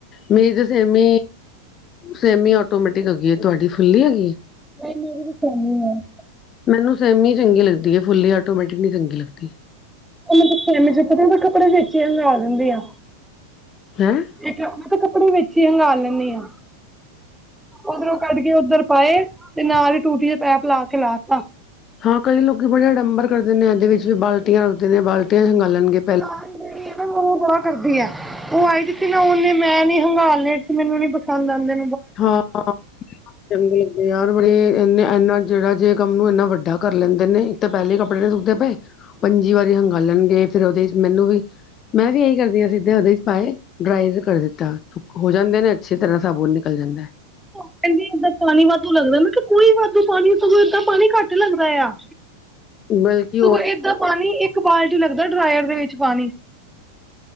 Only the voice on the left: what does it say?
ਮੇਰੀ ਤਾਂ ਸੈਮੀ ਸੈਮੀ ਆਟੋਮੈਟਿਕ ਹੈਗੀ ਐ ਤੁਹਾਡੀ ਫੁੱਲੀ ਹੈਗੀ?
ਮੈਨੂੰ ਸੇਮੀ ਈ ਚੰਗੀ ਲੱਗਦੀ ਐ ਫੁੱਲੀ ਆਟੋਮੈਟਿਕ ਨੀ ਚੰਗੀ ਲੱਗਦੀ।
ਹੈਮ? <inaudible>
ਹਾਂ ਕਈ ਲੋਕੀ ਬੜੇ ਅਡੰਬਰ ਕਰਦੇ ਨੇ ਇਹਦੇ ਵਿੱਚ, ਬਾਲਟੀਆਂ ਰੱਖਦੇ ਨੇ ਬਾਲਟੀਆਂ ਚ ਹੰਗਾਲਨ ਗੇ ਪਹਿਲੈ।
ਹਾਂ। ਚੰਗੇ ਲੱਗਦੇ ਯਾਰ ਬੜੇ ਇਨੇ ਇਨਾ ਜਿਹੜਾ ਜੇ ਕੰਮ ਨੂੰ ਏਨਾ ਵੱਡਾ ਕਰ ਲੈਂਦੇ ਨੇ ਤੇ ਪਹਿਲੇ ਕੱਪੜੇ ਨੀ ਸੁੱਕਦੇ ਪਏ, ਪੰਜੀ ਵਾਰੀ ਹੰਗਾਲਨ ਗੇ ਫਿਰ ਉਹਦੇ ਵਿਚ ਮੈਨੂੰ ਵੀ ਮੈਂ ਵੀ ਇਹੀ ਕਰਦੀ ਆ ਸਿੱਧੇ ਉਹਦੇ ਚ ਪਾਏ, ਡਰਾਇਰ ਕਰ ਦਿੱਤਾ ਹੋ ਜਾਂਦੇ ਨੇ ਅੱਛੇ ਤਰ੍ਹਾਂ ਸਾਬੁਨ ਨਿ <unintelligible> ਜਾਂਦਾ ਐ।
ਬਲਕਿ ਉਹ